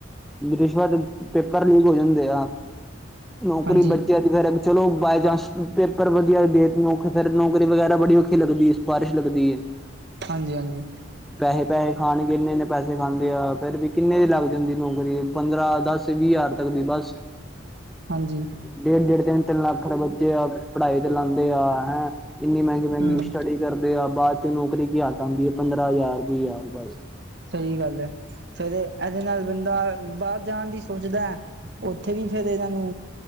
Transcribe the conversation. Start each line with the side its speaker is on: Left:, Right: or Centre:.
Centre: ਰਿਸ਼ਵਤ ਪੇਪਰ ਲੀਕ ਹੋ ਜਾਂਦੇ ਆ। ਨੌਕਰੀ
Right: ਹਾਂਜੀ
Centre: ਬੱਚੇਆਂ ਦੀ ਫਿਰ ਚਲੋ, ਬਾਈ ਚਾਂਸ ਪੇਪਰ ਵੱਧੀਆ ਹੋਵੇ, ਦੇਖੇ ਫਿਰ ਨੌਕਰੀ ਵਗੈਰਾ ਬੜੀ ਔਖੀ ਲੱਗਦੀ ਏ, ਸਿਪਾਰਿਸ਼ ਲੱਗਦੀ ਏ।
Right: ਹਾਂਜੀ- ਹਾਂਜੀ।
Centre: ਪੈਸੇ -ਪੈਸੇ ਖਾਣਗੇ, ਇੰਨੇ -ਇੰਨੇ ਪੈਸੇ ਖਾਂਦੇ ਆ, ਫੇਰ ਵੀ ਕਿੰਨੇ ਦੀ ਲੱਗ ਜਾਂਦੀ ਨੌਕਰੀ, ਪੰਦਰਾਂ, ਦਸ, ਵੀਹ ਹਜ਼ਾਰ ਤੱਕ ਦੀ ਬਸ।
Right: ਹਾਂਜੀ।
Centre: ਡੇਢ, ਡੇਢ ਤਿੰਨ, ਤਿੰਨ ਲੱਖ ਦੇ ਬੱਚੇ ਆ ਪੜ੍ਹਾਈ ਤੇ ਲਾਂਦੇ ਆ ਹੈ, ਏਨੀ ਮੇਂਗੀ, ਮੇਂਗੀ
Right: ਹੂੰ
Centre: ਸਟੱਡੀ ਕਰਦੇ ਆ ਬਾਅਦ ਚੱ ਨੌਕਰੀ ਕੀ ਹੱਥ ਆਂਦੀ ਆ, ਪੰਦਰਾਂ ਹਜ਼ਾਰ, ਵੀਹ ਹਜ਼ਾਰ ਬਸ।
Right: ਸਈ ਗੱਲ ਐ, ਫਿਰ ਏਦੇ ਨਾਲੋ ਬੰਦਾ ਬਾਰ ਜਾਣ ਦੀ ਸੋਚਦਾ ਓਥੇ ਵੀ ਫਿਰ ਏਨਾਂ ਨੂੰ